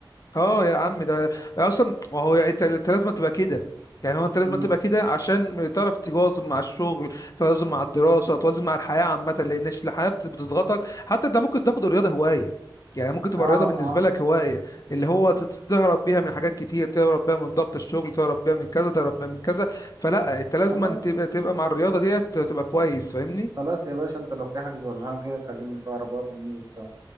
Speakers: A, on the left; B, on the right.
A: اه يا عم ده اصلا ما هو انت انت لازم تبقى كده يعني هو انت لازم
B: امم
A: تبقى كده عشان تعرف تواظب مع الشغل توازن مع الدراسه توازن مع الحياه عامه لان الش- الحياه بت- بتضغطك حتى انت ممكن تاخد الرياضه هوايه يعني ممكن تبقى
B: اه
A: الرياضه بالنسبه
B: اه
A: لك هوايه اللي هو تت- تهرب بيها من حاجات كتير تهرب بيها من ضغط الشغل تهرب بيها من كذا تهرب بيها من كذا فلا انت لازم
B: خلاص
A: تبقى تبقى مع الرياضه ديت تبقى كويس فاهمني
B: خلاص يا باشا انت لو في حجز ولا حاجه كده كلمني في اقرب وقت وننزل سوا